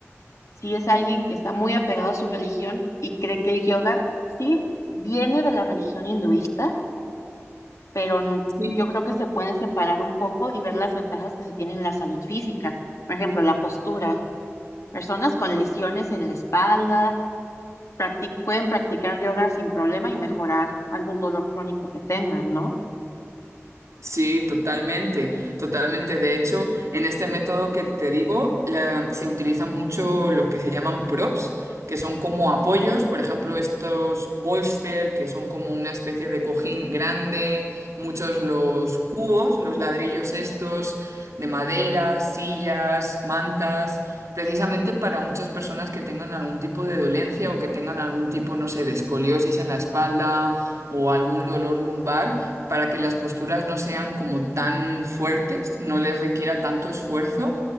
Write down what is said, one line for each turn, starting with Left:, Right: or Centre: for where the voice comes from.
Left: si es alguien que está muy apegado a su religión y cree que el yoga sí viene de la religión hinduista, pero n-
Right: Sí,
Left: yo creo que se puede separar un poco y ver las ventajas que se tienen en la salud física. Por ejemplo, la postura. Personas con lesiones en la espalda practic- pueden practicar yoga sin problema y mejorar algún dolor crónico que tengan, ¿no?
Right: Sí, totalmente, totalmente. De hecho, en este método que te digo, la- se utilizan mucho los que se llaman props, que son como apoyos, por ejemplo, estos bolster, que son como una especie de cojín grande, muchos los cubos, los ladrillos estos de madera, sillas, mantas, precisamente para muchas personas que tengan algún tipo de dolencia o que tengan algún tipo, no sé, de escoliosis en la espalda o algún dolor lumbar para que las posturas no sean como tan fuertes, no les requiera tanto esfuerzo